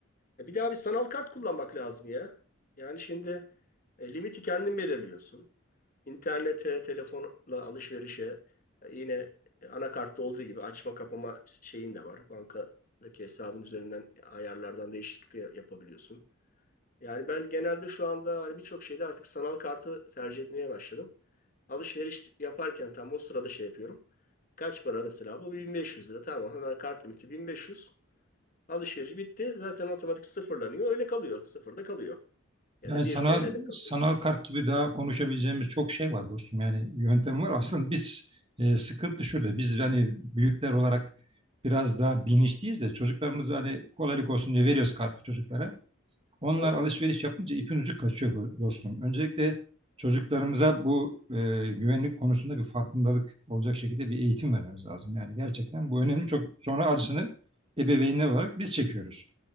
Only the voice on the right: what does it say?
Yani
sanal
sanal kart gibi daha konuşabileceğimiz çok şey var dostum. Yani yöntem var. Aslında biz e, sıkıntı şurada. Biz hani büyükler olarak biraz daha bilinçliyiz de çocuklarımız hani kolaylık olsun diye veriyoruz kartı çocuklara. Onlar
alışveriş yapınca ipin ucu kaçıyor dostum. Öncelikle çocuklarımıza bu e, güvenlik konusunda bir farkındalık olacak şekilde bir eğitim vermemiz lazım. Yani gerçekten bu önemli. Çok sonra acısını ebeveynler olarak biz çekiyoruz.